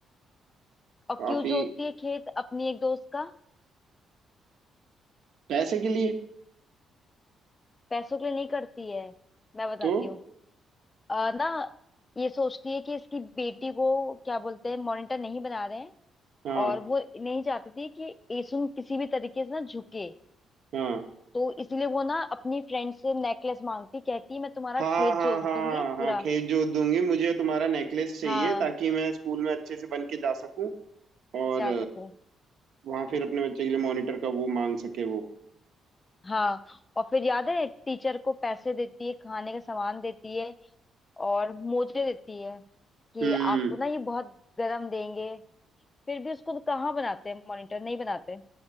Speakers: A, on the left; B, on the right.
A: और
B: काफी
A: क्यों जोतती है खेत अपनी एक दोस्त का
B: पैसे के लिए
A: पैसों के लिए नहीं करती है मैं बताती
B: तो
A: हूँ अ, ना ये सोचती है कि इसकी बेटी को क्या बोलते हैं मॉनिटर नहीं बना रहे हैं
B: हाँ
A: और वो नहीं चाहती थी कि एसुन किसी भी तरीके से ना झुके
B: हाँ
A: तो इसीलिए वो ना अपनी फ्रेंड से नेकलेस मांगती कहती मैं तुम्हारा
B: हाँ
A: खेत
B: हाँ
A: जोत
B: हाँ
A: दूंगी
B: हाँ
A: पूरा
B: खेत जोत दूंगी मुझे तुम्हारा नेकलेस चाहिए
A: हाँ
B: ताकि मैं स्कूल में अच्छे से बन के जा सकूं और
A: जा सकूं
B: वहां फिर अपने बच्चे के लिए मॉनिटर का वो मांग सके वो
A: हाँ और फिर याद है टीचर को पैसे देती है खाने का सामान देती है और मोजे देती है कि
B: हम्म
A: आपको ना ये बहुत गरम देंगे फिर भी उसको तो कहाँ बनाते हैं मॉनिटर नहीं बनाते